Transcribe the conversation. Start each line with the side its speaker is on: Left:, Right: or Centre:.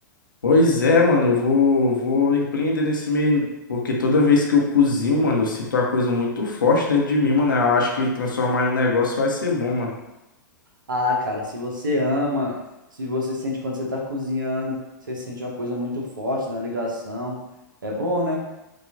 Left: Pois é, mano, eu vou, vou empreender nesse meio, porque toda vez que eu cozinho, mano, eu sinto uma coisa muito forte dentro de mim, mano. Eu acho que transformar em um negócio vai ser bom, mano.
Right: Ah, cara, se você ama, se você sente quando você tá cozinhando, você sente uma coisa muito forte na ligação. É bom, né?